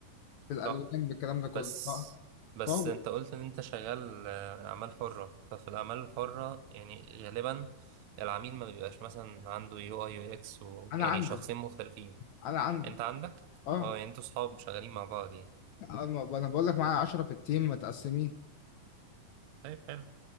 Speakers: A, on the left (about 65°); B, on the right (about 65°).
A: بالالوان
B: صح
A: بالكلام ده كله
B: بس
A: اه
B: بس
A: فهو بي-
B: انت قلت ان انت شغال آه، اعمال حرة ففي الاعمال الحرة يعني غالبا العميل ما بيبقاش مثلا عنده يو اي يو اكس و...
A: انا
B: يعني
A: عندي
B: شخصين مختلفين
A: انا عندي
B: انت عندك
A: اه
B: اه يعني انتوا صحاب شغالين مع بعض يعني
A: انا ب- أنا بقول لك معايا 10 في التيم متقسمين
B: طيب حلو